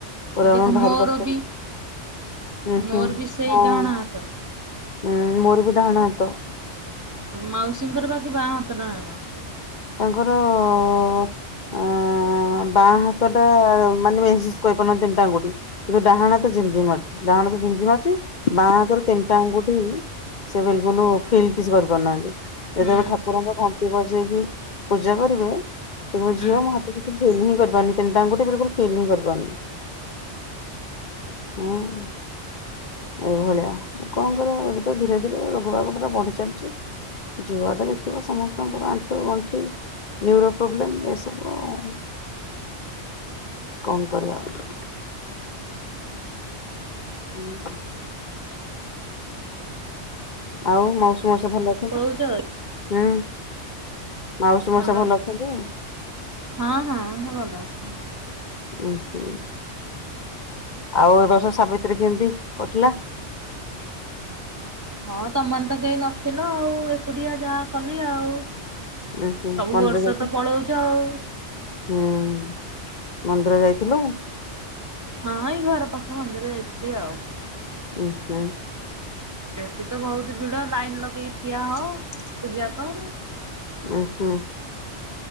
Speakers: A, on the left (about 50°); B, on the right (about 20°).
A: ପୁରା
B: ଏ ଦେଖ
A: ମାନେ ଭାରି
B: ମୋର
A: ଭାରି
B: ବି
A: <unintelligible> ହୁଁ
B: ମୋର
A: ହୁଁ
B: ବି ସେଇ
A: ହଁ।
B: ଡାହାଣ ହାତ।
A: ଉଁ ମୋର ବି ଡାହାଣ ହାତ।
B: ମାଉସୀଙ୍କର ବାକି ବାଁ ହାତଟା ନା କଣ?
A: ତାଙ୍କର ଉଁ ଉଁ ବାଁ ହାତ ଟା ମାନେ ମେହେସୁସ୍ କରିପାରୁନାହାନ୍ତି ତିନିଟା ଆଙ୍ଗୁଟି। କିନ୍ତୁ ଡାହାଣ ହାତ ଜିମ୍ ଜିମ୍ ମାରୁଚି, ଡାହାଣ ହାତ ଝିମ୍ଜି ମାରୁଚି ବାଁ ହାତର ତିନିଟା ଆଙ୍ଗୁଟି ସେ ବିଲକୁଲୁ ଫିଲ୍ କିଛି କରିପାରୁନାହାନ୍ତି। ଯେତେବେଳେ
B: ହୁଁ
A: ଠାକୁରଙ୍କ ଘଣ୍ଟି ବଜେଇକି ପୂଜା କରିବେ ସେ କହିବେ
B: ହୁଁ।
A: ଝିଅ ମୋ ହାତ ଫିଲ୍ ହିଁ କରିପାରୁନି ତିନିଟା ଆଙ୍ଗୁଟି ବିଲକୁଲ୍ ଫିଲ୍ ହିଁ କରିପାରୁନି। ଅଁ। ଏଇଭଳିଆ କଣ କରିବା ଏବେ ତ ଧୀରେ ଧୀରେ ରୋଗ ବାଗ ପୁରା ବଢି ଚାଲିଚି। ଯୁଆଡେ ଦେଖିବ ସମସ୍ତଙ୍କର ଆଣ୍ଠୁ ଗ ଣ୍ଠି ନ୍ୟୁରୋ ପ୍ରୋବ୍ଲେମ୍ ଏସବୁ ଆଉ। କଣ କରିବା ଆଉ। ହୁଁ। ଆଉ ମଉସି ମଉସା ଭଲ? ଅଛନ୍ତି?
B: ପଳଉଚ?
A: ହୁଁ ମାଉସୀ
B: ହାଲୋ
A: ମଉସା ଭଲ ଅଛନ୍ତି?
B: ହଁ ହଁ ସେ ଭଲ ଅଛନ୍ତି।
A: ଉଁ ହୁଁ। ଆଉ ଏବର୍ଷ ସାବିତ୍ରୀ କେମିତି କଟିଲା?
B: ହଁ ତମ ମାନେ ତ କେହି ନଥିଲ ଆଉ ଏକୁଟିଆ ଯାହା କଲି ଆଉ।
A: ଉଁ ହୁଁ
B: ସବୁ
A: ମନ୍ଦିର
B: ବର୍ଷତ
A: ଯାଇଥିଲୁ?
B: ପଳଉଚ ଆଉ।
A: ହୁଁ ମନ୍ଦିର ଯାଇଥିଲୁ?
B: ହଁ ଏଇ ଘର ପାଖ ମନ୍ଦିର ଯାଇଥିଲି ଆଉ।
A: ଉ-ହୁଁ।
B: ସେଠି ତ ବହୁତ୍ ଭିଡ ଲାଇନ୍ ଲଗେଇ ଠିଆ ହ ପୂଜା କର।
A: ଉଁ-ହୁଁ।